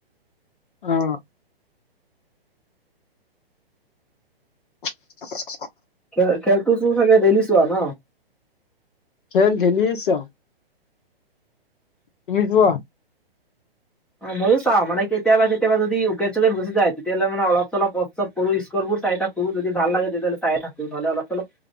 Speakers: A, on the left; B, in the centre.
A: অহ। <unintelligible>
B: খে খেলতো চো চাগে ডেইলি চোৱা ন।
A: খেল ডেইলি চাওঁ। তুমি যোৱা।
B: অ ময়ো চাওঁ মানে কেইতাবা কেইতাবা যদি উইকেট-চুইকেট গুচি যায় তেতিয়াহলে মানে অলপ চলপ অফ চফ কৰো। ইস্কৰবোৰ চাই থাকো যদি ভাল লাগে তেইতাহলে চাইয়ে থাকোঁ নহলে অলপ চলপ